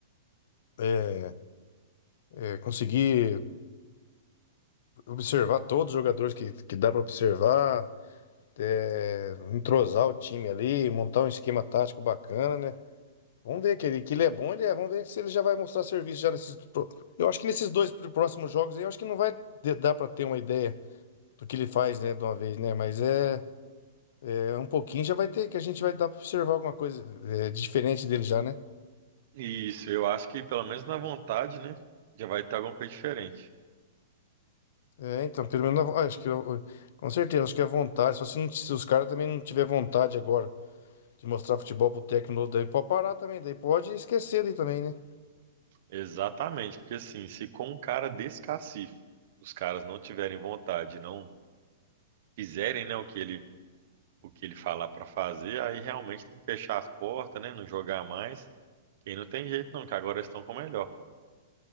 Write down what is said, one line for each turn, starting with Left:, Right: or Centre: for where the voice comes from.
Left: É, é, conseguir observar todos os jogadores que, que dá para observar, é, entrosar o time ali, montar um esquema tático bacana, né? Vamos ver que ele, que ele é bom, ele é, vamos ver se ele já vai mostrar serviço já nesses. pro- Eu acho que nesses dois pr- próximos jogos aí, eu acho que não vai de- dar para ter uma ideia do que ele faz, né, de uma vez, né? Mas é, é um pouquinho já vai ter, que a gente vai dar para observar alguma coisa é, diferente dele já, né?
Right: Isso, eu acho que pelo menos na vontade, né? Já vai ter alguma coisa diferente.
Left: É, então, pelo menos, eu acho que eu- com certeza, acho que é vontade, só se, não- se os caras também não tiver vontade agora de mostrar futebol pro técnico novo, daí pode parar também, daí pode esquecer daí também, né?
Right: Exatamente, porque assim, se com um cara desse cacife, os caras não tiverem vontade, não fizerem, né, o que ele, o que ele falar pra fazer, aí realmente tem que fechar as portas, né? Não jogar mais. E não tem jeito não, que agora estão com o melhor.